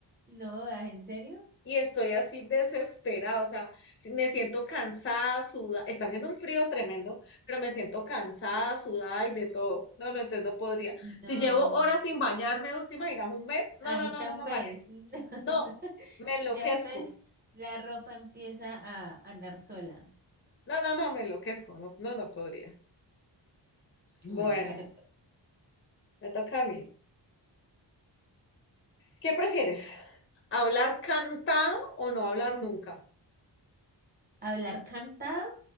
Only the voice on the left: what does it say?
y estoy así desesperada, o sea, si- me siento cansada, sudada, está haciendo un frío tremendo, pero me siento cansada, sudada y de todo. No, no, entonces no podría. Si
llevo horas sin bañarme, ¿vos te imaginas un mes? No,
no,
no, no,
no,
María. sí.
No, me enloquezco.
No, no, no, me enloquezco, no, no, no podría. Bueno,
me toca a mí. ¿Qué prefieres? ¿Hablar cantado o no hablar nunca?